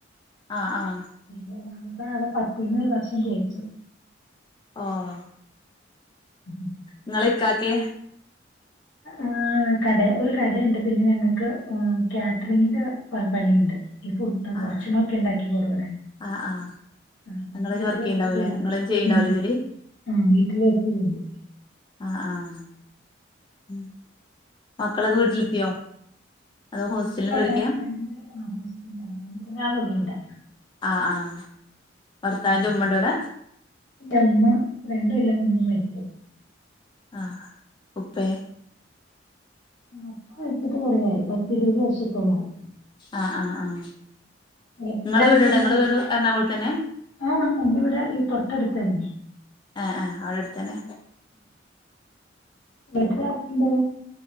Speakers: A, on the left; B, on the left.
A: ആഹ് ആഹ്
B: മൂന്നാമത്തെ ആളെ പത്തിന്ന് ഈ വർഷം ജയിച്ചു
A: ഓഹ്
B: ഉ
A: ഇങ്ങളെ ഇക്കാക്കയോ
B: ആഹ് കട ഒരു കടയുണ്ട് പിന്നെ ഞങ്ങൾക്ക്് കാറ്ററിങ്ങിന്റെ പണിയുണ്ട് ഈ ഫു അപ്പൊ
A: ആഹ്
B: ഭഷണമൊക്കെ ഉണ്ടാക്കി കൊടുക്കണേ
A: ആഹ് ആഹ്
B: ആ
A: നിങ്ങളയിന്
B: വീട്ടിൽ
A: വർക്ക്
B: വെച്ച്
A: ചെയ്യണ്ടാവൂല്ലേ
B: ചെയ്തെടുക്ക
A: നിങ്ങളയിന് ചെയ്യണ്ടാവൂലേ
B: ഉം
A: ജോലി
B: ആഹ് വീട്ടിൽ വെച്ച് ചെയും
A: ആഹ് ആഹ് ഉം മക്കളൊക്കെ
B: പിന്നെ
A: വീട്ടിലെത്തിയോ അതോ ഹോസ്റ്റലിൽ
B: <unintelligible> രണ്ട്
A: നിന്ന് പഠിക്കാ
B: ആ <unintelligible> ഒരാളള്ളൂ ഇവിടെ
A: ആഹ് ആഹ് ഭർത്താവിന്റെ
B: ഉം.
A: ഉമ്മ ഉണ്ടെ അവിടെ
B: ഇല്ല ഉമ്മ രണ്ടും കെല്ലാം മുമ്പും മരിച്ചു
A: ആഹ് ഉപ്പേ
B: ആഹ് ഉപ്പ മരിച്ചിട്ട് കുറയായി പത്തി ഇരുപത് വർഷത്തോള്ളായി
A: ആഹ് ആഹ് ആഹ്
B: വീട്ടിലാരൊക്കെയുണ്ട്
A: നിങ്ങള് വീട് എവിടെ നിങ്ങള് വീട് എറണാകുളത്തന്നെ
B: ആഹ് എന്റെ ഇവിടെ ഈ തൊട്ടടുത്ത് തന്നെ
A: ആഹ ആഹ് അവിടെ അടുത്ത തന്നെ
B: വീട്ടിലാരെക്കണ്ട്